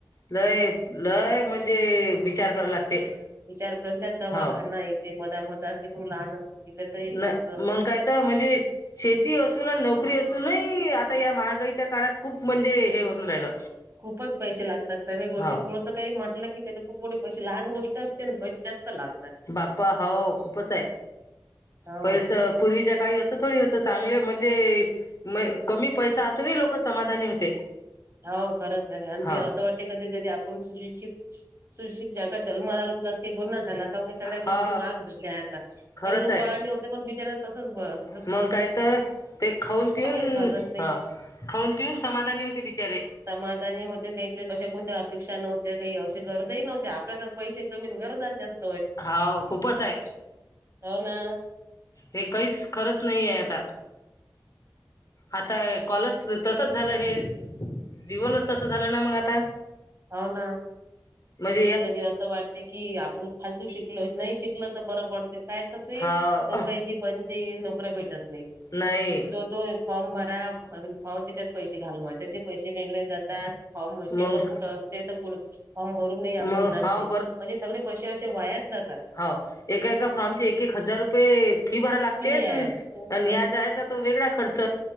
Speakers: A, on the left; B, on the right.
A: लय लय म्हणजे विचार कराव लागते.
B: विचार करून त्यात दवाखाना
A: हो
B: येते मध मधात लेकरू लहान असते. की त्याचाही खर्च
A: नाही मग काय तर म्हणजे शेती असून नोकरी असूनही आता या महागाईच्या काळात खूप म्हणजे हे होऊन राहिलं.
B: खूपच पैसे लातात सगळ्या गोष्टी
A: हो
B: थोड काही म्हटलं की त्या खूपे पैसेे लहान गोष्ट असते ना पैसे जास्त लागत.
A: बाप्पा हो खूपच आहे
B: हो
A: पैस पूर्वीच्या काळी असं थोडी होतं चांगलं म्हणजे म कमी पैसा असूनही लोक समाधानी होते.
B: हो खरंच आहे आणि
A: हो
B: ते असं वाट कधी कधी आपण सुशिक्षित सुशिक्षित जगात जन्मला आला तर जा का गुन्हा झाला. की सगळ्या गोष्टी
A: हा
B: महाग झाल्या आता
A: खरंच
B: पहिले लोक
A: आहे
B: अळाणी होते पण बिचार तसच बस
A: मग काही तर ते खाऊन पिऊन
B: काहीच भागत नाही.
A: ह खाऊन पिऊन समाधानी होते बिचारे
B: समाधानी होते त्याचे कशा कोणत्या अपेक्षा नव्हत्या काही अशी गरजही नव्हत्या आपल्या तर पैसे कमी गरजा जास्त.
A: हाव खूपच आहे.
B: होना.
A: हे काहीच खरंच नाही आहे आता आता कॉलच तसच झालं हे जीवनच तस झालं ना मग आता.
B: हौना
A: मजे
B: कधी कधी असं वाटते की, आपण फालतू शिकलो. नाही शिकल तर बरं पडते. काय तसंही
A: हा
B: नोकऱ्याची पंचाईत. नोकऱ्या भेटत नाही.
A: नाही
B: जो तो फॉर्म भरा फॉर्म. त्याच्यात पैसे घालवा. त्याचे पैसे वेगळे जातात. फॉर्म पेपर
A: मग
B: कुठ असते तर फॉर्म भरूनही आपण
A: मग
B: जात
A: हा
B: नाही. म्हणजे सगळे पैसे असे वायाच जातात.
A: हाव. एका एका फॉर्मची एक एक हजार रुपये फी भराव लागते
B: फी आहे.
A: नं
B: तेच ना.
A: या जायाचा - तो वेगळा खर्च.